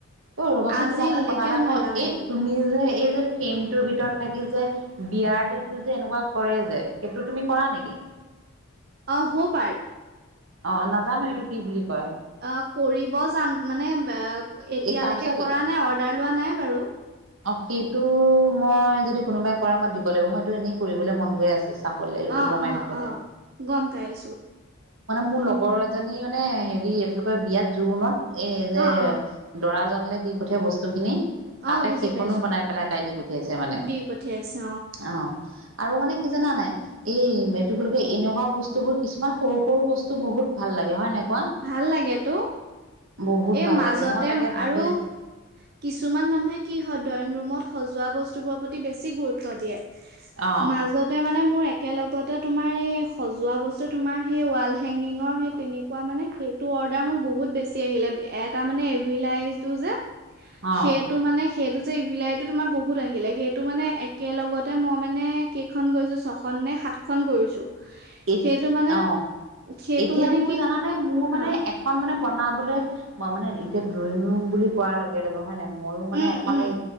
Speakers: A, on the right; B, on the right.
A: ঐ ৰবাচোন
B: আজিলৈকে
A: তোমাক মোক কথা এটা
B: মোৰ
A: কওঁ
B: এলাহ নাই
A: এই
B: যোৱা
A: তুমি যে এই যে ফ্ৰেমটোৰ ভিতৰত থাকি যে বিয়াৰ ডটতটো যে এনেকুৱা কৰে যে সেইটো তুমি কৰা নেকি
B: <inaudible> অ হ পাৰ্ট
A: অ নাজানো সেইটো কি বুলি ক
B: অ কৰিব জান মানে এতিয়ালৈকে
A: এই তাৰপিছত
B: কৰা নাই অৰ্ডাৰ লোৱা নাই বাৰু
A: অ সেইটো মই যদি কোনোবাই কৰা মই দিব লাগিব মই এইটো এনেই কৰিবলৈ মন গৈ আছে চাবলৈ
B: অ',
A: ওলমাই
B: অ',
A: থবলে
B: অ', গম পাইছো।
A: মোৰ লগৰ এজনী মানে হেৰি এইফালৰ বিয়াত জোৰোণত এই যে
B: অ', অ',
A: দৰাজন দি পঠিয়াই বস্তু খিনি তাতে
B: অ', বুজি
A: সেইখনো
B: পাইছো
A: বনাই
B: অ',
A: পেলাই এটাই দি পঠিয়াইছে মানে
B: দি পঠিয়াইছে
A: অ আৰু মানে কি জাননা নাই এই টো এনেকুৱা বস্তু বোৰ কিছুমান সৰু সৰু বস্তু বহুত ভাল লাগে হয় নাই কোৱা
B: ভাল লাগে তো
A: বহুত
B: এই
A: ভাল
B: মাজতে
A: লাগে মই তাকে ভাবি
B: আৰু
A: আছো
B: কিছুমান মানুহে কি হয় ড্ৰয়িং ৰুমত সজোৱা বস্তুবোৰৰ প্ৰতি বেছি গুৰুত্ব দিয়ে,
A: অ
B: মাজতে মানে মোৰ এ একেলগতে তোমাৰ এই সজোৱা বস্তু তোমাৰ সেই ৱাল হেগিঙৰ সেই তেনে একোৱা মানে সেইটো অৰ্ডাৰ মোৰ বহুত বেছি আহিলে এটা মানে এভিলাইটো যে
A: অ
B: সেইটো মানে সেইটো যে ইভিলাইটো তোমাৰ বহুত আহিলে সেইটো মানে একেলগতে মই মানে কেইখন কৰিছোঁ ছখন নে সাতখন কৰিছো
A: এ
B: সেইটো মানে
A: অ
B: সেইটো
A: এতিয়া
B: মানে
A: মোৰ
B: কি
A: জানানে
B: হয়
A: মোৰ মানে
B: অ
A: এখন মানে বনাবলে ম মানে এতিয়া ড্ৰয়িং ৰুম বুলি কোৱাৰ লগে লগে হয় নাই মইও মানে
B: উম
A: এখন
B: উম
A: এই